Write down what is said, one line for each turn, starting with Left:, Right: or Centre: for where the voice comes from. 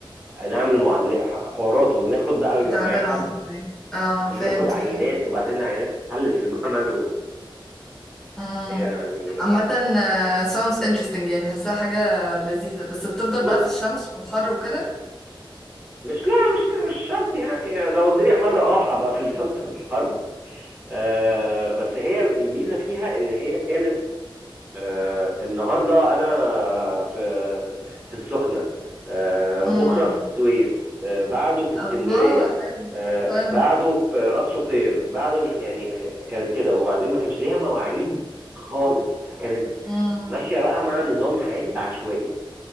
Right: نعمل معادلات ح- حوارات وبناخد بقى ويبقى
Centre: بتاع
Right: معايا
Centre: ده
Right: حد
Centre: العهر يعني. اه
Right: اللي
Centre: فهمت
Right: ياخد عينات
Centre: فهمت
Right: وبعدين العينات تتحلل في المعمل وهي
Centre: امم
Right: يعني
Centre: عامة
Right: آه،
Centre: آه، sounds interesting يعني حاساها حاجة لذيذة بس بتفضل
Right: بص
Centre: بقى في الشمس والحر وكده
Right: مش لا مش لا مش شرط يعني لو الدنيا حر اه هبقى في الشمس في الحر آه، بس هي الميزه فيها ان هي كانت آه، النهارده انا في في السخنه آه،
Centre: امم
Right: بكره في السويس آه، بعده في اسكندريه
Centre: الله حلو
Right: آه،
Centre: فن
Right: بعده في راس شقير بعده مش يعني آه، كانت كده وبعدين ما كانش ليها مواعيد خالص فكانت
Centre: امم
Right: ماشيه بقى مع نظام حياتي العشوائي